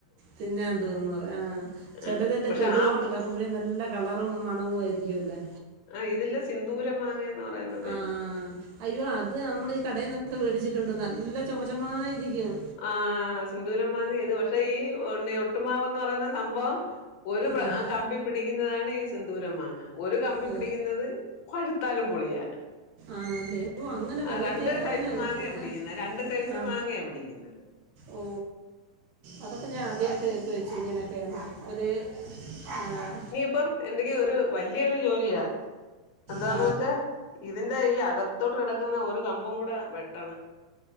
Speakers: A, on the right (about 75°); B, on the left (about 80°).
A: തിന്നെ തോന്നന്ന് പറയാ ആഹ് ചിലത്
B: ആ
A: ന്റെ
B: പക്ഷെ
A: തൊലി
B: ആ
A: അങ്ങോട്ട് ഇളക്കുമ്പോഴേ നല്ല കളറും മണവും ആയിരിക്കും ലോ
B: ആഹ് ഇതില് സിന്ദൂരം മാങ്ങന്ന് പറയുന്നതേ
A: ആ അയ്യോ അത് നമ്മൾ ഈ കടയിൽ നിന്നൊക്കെ മേടിച്ചിട്ടുണ്ട് നല്ല ചുമച്ചമായിരിക്കും
B: ആഹ് സിന്ദൂര മാങ്ങ ഇത് പക്ഷെ ഈ ഒ ഒട്ടുമാവ്ന്ന് പറയുന്ന സംഭവം ഒരു പ്ര
A: ആഹാ
B: കമ്പി പിടിക്കുന്നതാണ് ഈ സിന്ദൂരം മാങ്ങ ഒരു കമ്പി
A: ഓ
B: പിടിക്കുന്നത് കൊഴുത്താലും പൊളിയാ
A: ആണല്ലേ ഓ അങ്ങനെ വെറൈറ്റി
B: ആഹ് രണ്ട്
A: അങ്ങനെ
B: സൈസ്
A: വ്യത്യ-
B: മാങ്ങയ പിടിക്കുന്ന
A: ആ
B: രണ്ട് സൈസ്
A: ആ,
B: മാങ്ങയ പിടിക്കുന്നേ ഇന്നല്ലെ
A: ഓ അതൊക്കെ ഞാൻ ആദ്യമായിട്ട് കേക്ക ചേച്ചി ഇങ്ങനൊക്കെയന്ന ഒരു ഏഹ്
B: ഇപ്പം എന്തക്ക് ഒരു വലിയൊരു ജോലിയാ എന്താന്ന്
A: ആ
B: വെച്ചാ ഇതിന്റെ ഈ അകത്തോട്ട് കിടക്കുന്ന ഒരു കമ്പും കൂടെ വെട്ടണം